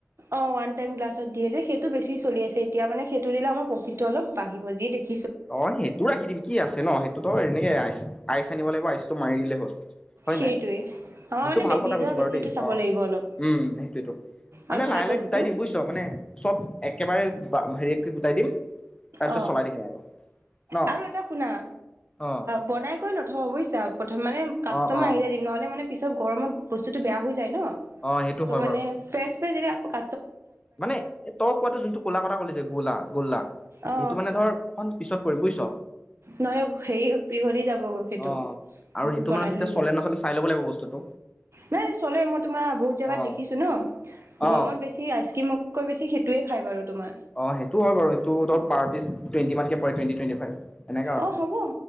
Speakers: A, on the right; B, on the left.
A: অ ওৱান টাইম গ্লাছত দিয়ে যে সেইটো বেছি চলি আছে এতিয়া মানে সেইটো দিলান প্ৰফিটটো অলপ বাঢ়িব যি দেখি
B: অ সেইটোও ৰাখি দিম কি আছে ন সেইটোতো এনেকে আইচ আইচ আনিব লাগিব আইচটো মাৰি দিলে হ'ল হয়
A: সেইটোৱে
B: নাই
A: আমাৰ
B: সেইটো
A: মানে
B: ভাল কথা
A: নিজৰ
B: কৈছো
A: বেছিটো
B: বাৰু দেই
A: চাব
B: অ
A: লাগিব অলপ
B: উম সেইটোটো মানে
A: আৰু ভাল
B: লাহে লাহে
A: বস্তু
B: গোটাই দিম বুজিছ মানে চব একেবাৰে হেৰি গোটাই দিম তাৰপিছত
A: অ
B: চলাই দেখাই আৰু ন
A: আৰু এটা শুনা
B: অ
A: বন ক নথওঁ বুজিচা প্ৰথম মানে কাষ্টমাৰ
B: অ অ
A: আহি যায় দিম নহ'লে মানে পিছত গৰমত বস্তুত বেয়া হৈছে ন
B: অ সেইটো
A: ত
B: হয়
A: মানেজ
B: বাৰু
A: প যে ক
B: মানে তই কোৱাটো যোনটো কলা কথা কলি যে গোলা গোলা
A: অ
B: সেইটো মানে ধৰ এখন পিছত পৰিম বুজিছ
A: নহয় হেৰি বিহল যাব সেইটো
B: অ আৰু সেইটো
A: বনাই
B: মানে ধৰ এতিয়া
A: এৰিলে
B: চলে নচলে চাই ল'ব লাগিব বস্তুটো
A: নাই চলে মই তোমাৰ বহুত জোগাত
B: অ
A: দেখিছো ন গৰমত
B: অ
A: বেছি আইচ ক্ৰীম ৈেছি সেইটোৱে খ বাৰু তোমাৰ
B: অ সেইটো হয় বাৰু এইটো ধ পাৰ পিছ টুৱেণ্টিানকে প ুৱটি টুৱেি ফাইভ এনেকা আৰু
A: অ হ'ব